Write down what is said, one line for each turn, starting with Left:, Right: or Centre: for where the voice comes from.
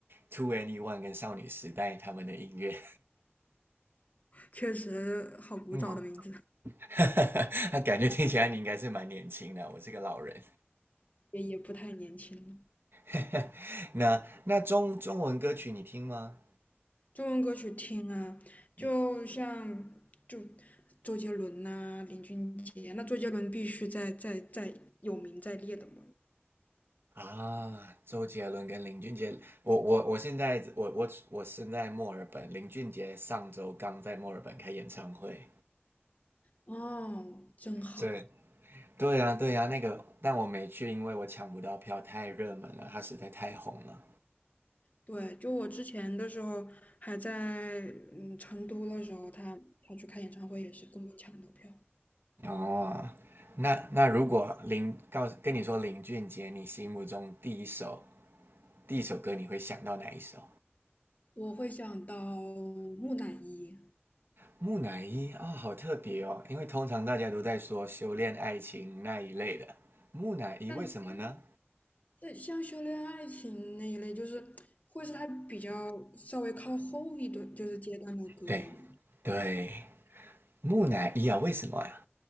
Right: Two Any One 跟少女时代他们的音乐。
Left: 确实好古早的名字，
Right: 嗯，<laughs> 那感觉听起来你应该是蛮年轻的，我是个老人。
Left: 也也不太年轻了
Right: <laughs> 那那中中文歌曲你听吗？
Left: 中文歌曲听啊，
Right: 你。
Left: 就像就周杰伦呐、林俊杰，那周杰伦必须在在在有名在列的嘛。
Right: 啊，周杰伦跟林俊杰，我我我现在我我我身在墨尔本，林俊杰上周刚在墨尔本开演唱会，
Left: 哦，真好。
Right: 对对呀对呀，那个但我没去，因为我抢不到票，太热门了，他实在太红了。
Left: 对，就我之前的时候还在嗯成都的时候，他他去开演唱会也是跟我抢到票。
Right: 哦，那那如果林告诉跟你说林俊杰，你心目中第一首第一首歌你会想到哪一首？
Left: 我会想到木乃伊，
Right: 木乃伊啊、哦好特别哦，因为通常大家都在说修炼爱情那一类的，木乃伊为什么呢？
Left: 但但像修炼爱情那一类，就是会是他比较稍微靠后一段就是阶段的歌了嘛。
Right: 对对，木乃伊啊，为什么呀？